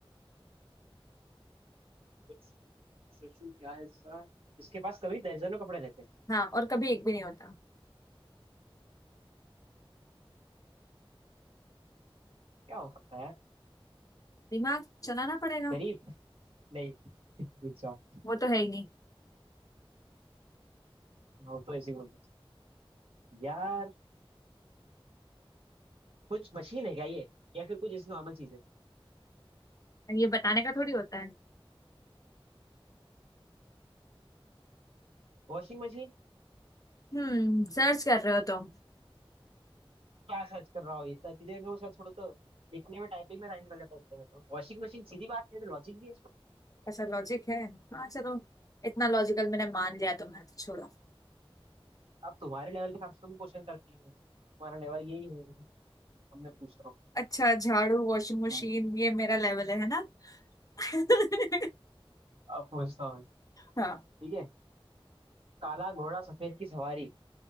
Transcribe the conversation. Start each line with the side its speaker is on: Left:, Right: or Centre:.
Right: कुछ सोचू क्या है इसका इसके पास कभी दर्जनों कपड़े रहते हैं
Left: हाँ और कभी एक भी नहीं होता
Right: क्या हो सकता है यार
Left: दिमाग चलाना पड़ेगा
Right: गरीब नहीं अच्छा
Left: वो तो है ही नहीं
Right: वो तो ऐसे ही बोलते हैं। यार कुछ मशीन है क्या ये या फिर कुछ ऐसी नॉर्मल चीज है
Left: और ये बताने का थोड़ी होता है
Right: Washing machine
Left: हम्म सर्च कर रहे हो तुम
Right: क्या सर्च कर रहा हो इतना इतनी देर में वो सर्च छोड़ो तो लिखने में टाइपिंग में टाइम निकल जाता है उतने में तो वॉशिंग मशीन सीधी बात नहीं तो लॉजिक भी है इसमें
Left: अच्छा लॉजिक है हाँ चलो इतना लॉजिकल मैंने मान लिया तुम्हें तो छोड़ो
Right: आप तुम्हारे लेवल के हिसाब से भी क्वेश्चन करती हो तुम्हारा लेवल यही है अब मैं पूछता
Left: अच्छा झाड़ू वॉशिंग मशीन
Right: हूँ
Left: ये मेरा लेवल है है ना <laughs>
Right: अब पूछता हूँ
Left: हाँ
Right: ठीक है काला घोड़ा सफेद की सवारी